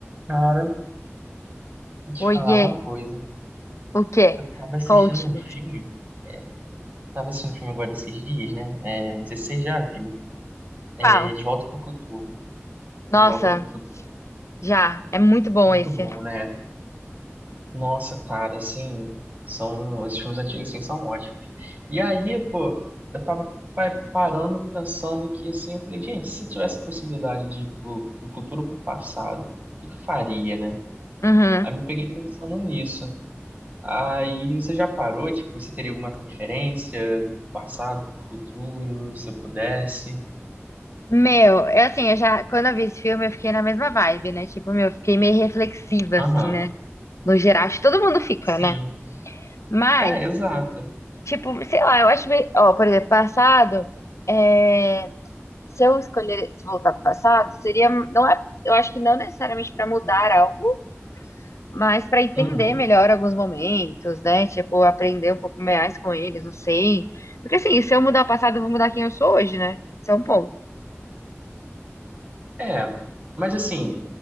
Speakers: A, on the right (about 35°); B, on the left (about 80°).
A: Cara, vou te
B: Oiê,
A: falar uma coisa.
B: o quê?
A: Eu tava assistindo
B: Conte-me.
A: um filme, é, tava assistindo um filme agora esses dias, né? É, não sei se você já viu.
B: Qual?
A: É, De Volta pro Futuro. De
B: Nossa,
A: Volta pro Futuro.
B: já, é muito bom
A: Muito
B: esse.
A: bom, né? Nossa, cara, assim, são, esses filmes antigos, assim, são ótimos. E aí, pô, eu tava pa- parando, pensando que, assim, eu falei, gente, se tivesse possibilidade de ir pro, pro futuro ou pro passado, o que que eu faria, né?
B: Uhum.
A: Aí me peguei pensando nisso. Aí você já parou? Tipo, você teria alguma preferência do passado, pro futuro, se eu pudesse?
B: Meu, eu assim, eu já, quando eu vi esse filme, eu fiquei na mesma vibe, né? Tipo, meu, eu fiquei meio reflexiva,
A: Aham,
B: assim, né? No geral, acho que todo mundo fica,
A: sim.
B: né? Mas,
A: É, exato.
B: tipo, sei lá, eu acho meio... Ó, por exemplo, passado, é... se eu escolher se voltar pro passado, seria... Não é... Eu acho que não necessariamente pra mudar algo, mas para entender
A: Uhum.
B: melhor alguns momentos, né? Tipo, aprender um pouco mais com eles, não sei. Porque assim, se eu mudar o passado, eu vou mudar quem eu sou hoje, né? Isso é um ponto.
A: É, mas assim,